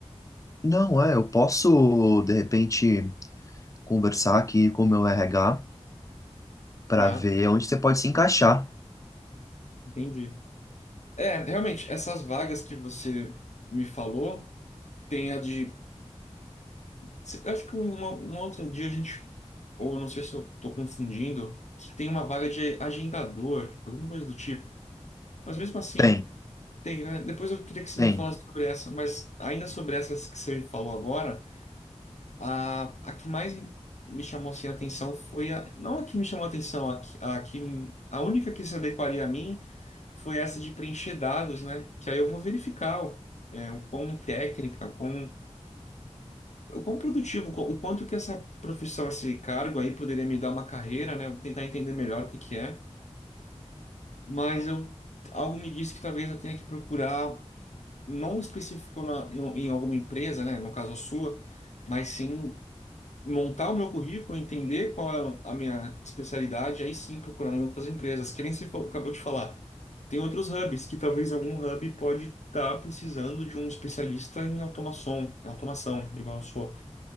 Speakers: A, on the left; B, on the left.
A: não é, eu posso de repente conversar aqui com o meu RH para
B: Tá,
A: ver onde você pode se encaixar.
B: entendi. É, realmente, essas vagas que você me falou, tem a de. se- Eu acho que uma- um outro dia a gente. Ou não sei se eu estou confundindo, que tem uma vaga de agendador, alguma coisa do tipo. Mas mesmo assim.
A: Tem,
B: Tem, né? Depois eu queria que você
A: tem.
B: me falasse sobre essa, mas ainda sobre essas que você falou agora, a, a que mais me chamou assim, a atenção foi a. Não a que me chamou a atenção, a, que- a, que, a única que se adequaria a mim foi essa de preencher dados, né? Que aí eu vou verificar o, é, o quão técnica, o quão, o quão produtivo, o quão- o quanto que essa profissão, esse cargo aí poderia me dar uma carreira, né? Eu vou tentar entender melhor o que que é, mas eu. Algo me disse que talvez eu tenha que procurar. não específico na- no- em alguma empresa, né, no caso a sua, mas sim montar o meu currículo, entender qual é a minha especialidade, aí sim procurar em outras empresas. Que nem você fa- acabou de falar. Tem outros hubs que talvez algum hub pode estar precisando de um especialista em automação, em automação, igual eu sou,